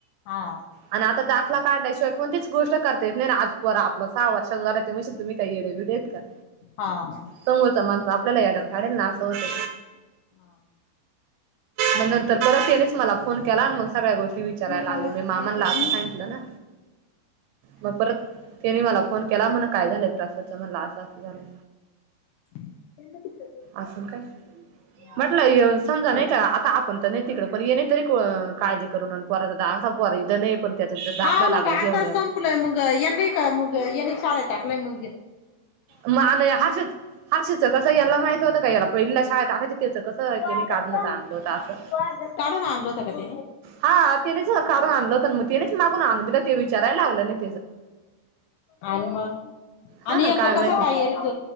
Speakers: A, on the left (about 80°); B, on the right (about 80°).
A: हां
B: आणि आता दाखंला काढल्यांशिवांय कोणतीचं गोष्ट करतां येतं नाहीं नां आंज आपलं सहा वर्षं झा तशे तुम्हीं कांहीं एडेविडे आहेतं कां
A: हां
B: समोरचां माणूंस आपल्यांला एड्यांत काढेलं नां असं होतं
A: <unintelligible>
B: मंग नंतर परतं त्यांनेच मलां फोन केलां आणि मंग सगळ्यां गोष्टी विचारायलां
A: तुझा हा
B: लागले
A: साईटला
B: मी मामांना आधीचं
A: घे ना
B: सांगितलं मंग परंत त्यांनी मलां फोन केलां. म्हणे कायं झालंय त्रासाचं म्हणलं असं असं झालं.
A: <unintelligible>
B: अजूंन कायं
A: हा
B: म्हटलं
A: ना
B: येऊं नं समजां
A: तेच
B: नाहीं कां आता आपणं तरं नाहीं तिकडं पणं ये नाहीं तरी काळंजी करूंन पोरांचा दाखंला पोर इथं नाहीं पणं त्यांचा दाखंला
A: हा मग
B: लागलं
A: आता
B: घेऊन
A: संपलंय
B: यावं.
A: मग यांनी मंग यांनी शाळेंत टाकलंय मंग
B: मंग हर्ष हर्षद कसं यांना माहिती होतं कां यांला पहिलीलां शाळेंत टाकायचं कसं
A: सुस्वागतम
B: त्यांनी काढूंनचं आणलं
A: सुस्वागतम
B: होतं असं
A: सुस्वागतम
B: हां त्यांनेचं काढूंन आणलं. तरं मंग त्यांनेचं मांगून आंणून दिलं ते विचारायलां लागलं नाहीं.
A: आणि मंग
B: हा
A: आणि
B: ना
A: यांचा
B: काय माहिती
A: कसं कायं इत